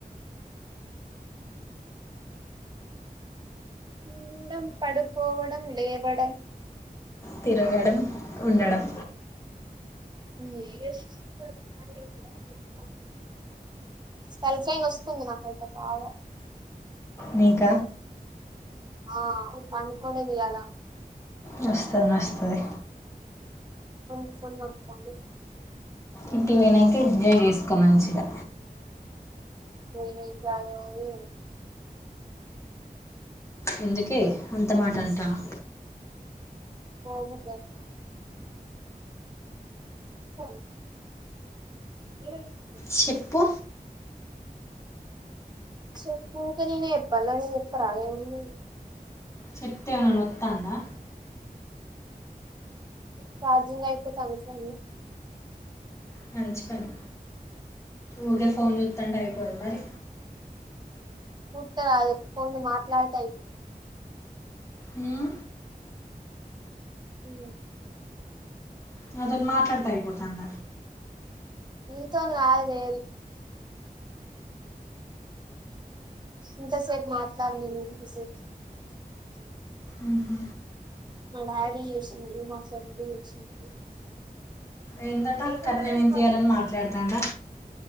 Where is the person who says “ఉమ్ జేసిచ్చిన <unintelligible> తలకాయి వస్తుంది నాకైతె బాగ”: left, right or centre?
Right